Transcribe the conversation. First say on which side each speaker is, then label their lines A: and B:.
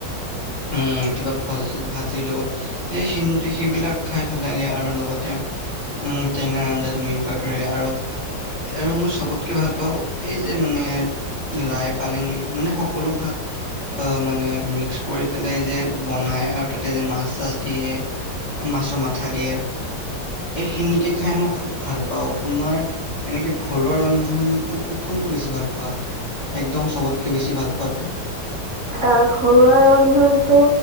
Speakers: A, on the left; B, on the right.
A: উম কিবা ভা ভাজিৰ লগত এইখিনি সেইবিলাক খাই ভাল লাগে আৰু লগতে উম টেঙাৰ আঞ্জা তুমি কোৱাৰ দৰে আৰু আৰু মই চবতকে ভাল পাওঁ এই যে মানে লাই পালেং মানে সকলো শাক অ মানে মিক্স কৰি পেলাই যে বনায় আৰু তাতে যে মাছ চাছ দিয়ে, মাছৰ মাথা দিয়ে এইখিনিকে খাই মই খুব ভাল পাওঁ তোমাৰ এনেকে ঘৰুৱা ৰন্ধনতটো কোনটো বেছি ভাল পোৱা, একদম চবতকে বেছি ভাল পোৱাটো
B: অ ঘৰুৱা ৰন্ধনতো